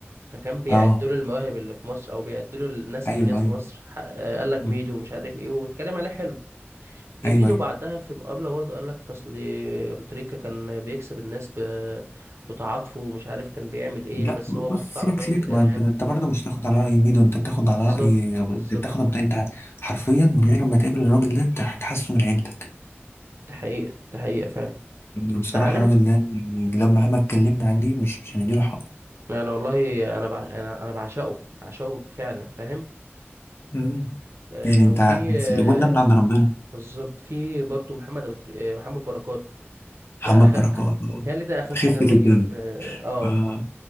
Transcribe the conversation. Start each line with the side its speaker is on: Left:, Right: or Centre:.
Right: فكان بيعدوا
Left: اه
Right: له المواهب اللي في مصر او بيعدوا له الناس
Left: ايوه
Right: اللي جت
Left: ايوه
Right: في مصر ح- آه، قال لك
Left: مم.
Right: ميدو مش عارف ايه واتكلم عليه حلو جميدو
Left: ايوه ايوه
Right: بعدها في مقابلة برضه قال لك أصل أبو تريكة كان بيكسب الناس ب... بتعاطفه ومش عارف كان بيعمل إيه
Left: لا
Right: بس
Left: بص
Right: هو محطوط
Left: سيبك
Right: على قائمة
Left: سيبك
Right: الإرهاب
Left: ما انت انت برضه مش تاخد على راي ميدو انت بتاخد
Right: بالظبط
Left: على راي انت
Right: بالظبط
Left: بتاخد انت حرفيا من غير ما تقابل الراجل ده انت هتحسه من عيلتك
Right: دي حقيقة دي حقيقة فعلا
Left: يعني بصراحه
Right: أنت عارف
Left: الراجل ده يعني لما مهما اتكلمنا عليه مش مش هنديله حقه
Right: يعني والله أنا بع... أنا أنا بعشقه بعشقه فعلا فاهم
Left: مم.
Right: آه
Left: يعني انت
Right: وفي
Left: بس
Right: آه
Left: القبول ده من عند ربنا
Right: بالظبط في برضه محمد أبو تري... آه، محمد بركات
Left: محمد
Right: ده أخ...
Left: بركات
Right: تهيألي ده أخف
Left: خفه
Right: دم
Left: الدم
Right: جه في آه آه.
Left: آه.